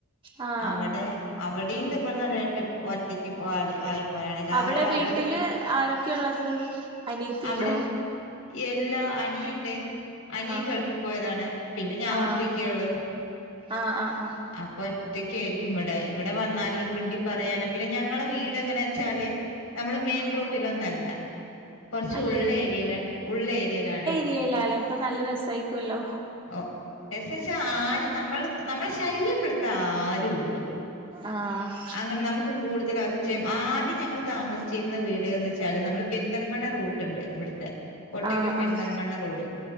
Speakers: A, on the right (about 25°); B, on the left (about 85°).
A: ആഹ്
B: അവടെ
A: ആഹ്
B: അവിടേം ഇതേ പോലെ ന ഒറ്റ ഒറ്റക്ക് പോ ആയി പോലാണ് എല്ലാവരും
A: അവിടെ
B: രാവിലെ
A: വീട്ടില് ആരൊക്കെ ഒള്ളത് അനിയത്തി
B: അവിടെ
A: ഇണ്ടോ
B: എല്ലാ അനിയണ്ട് അനിയൻ
A: ആഹ്
B: ഗൾഫി പോയതാണ് പിന്നെ ഞാൻ
A: ആഹ്
B: ഒറ്റക്കെ ഇള്ളു
A: ആഹ് ആഹ് ആഹ്
B: അപ്പൊ ഒറ്റക്കായിരിക്കും ഇവിടെ ഇവിടെ വന്നാലും ഒരു മിണ്ടി പറയാന് പിന്നെ ഞങ്ങളെ വീട് എങ്ങനെച്ചാല് ഞമ്മള് മെയിൻ
A: ആഹ്
B: റോട്ടിലൊന്നല്ലാ കൊറച്ച്
A: അല്ലേ
B: ഉള്ളേരിയയിലാണ് ഉള്ളേരിയയിലാണ്
A: <unintelligible> അപ്പൊ നല്ല രസായിക്കുവല്ലോ
B: ഓഹ് രസെച്ചാ ആരും നമ്മള് നമ്മളെ ശല്യപ്പെടുത്താ ആരു ഇല്ലാ
A: ആഹ്
B: അങ്ങനെ നമ്മക്ക് കൂടുതല് ഒച്ചേം ആദ്യം ഞങ്ങള് താമസിച്ചിരുന്ന വീട്ന്ന് വെച്ചാല് നമ്മള് പെരിന്തൽമണ്ണ റൂട്ട് ട്ട്ണ്ട് ഇവിടുത്തെ കോട്ടയ്ക്കൽ
A: ആഹ്
B: പെരുന്തൽമണ്ണ
A: ആഹ്
B: റോഡ്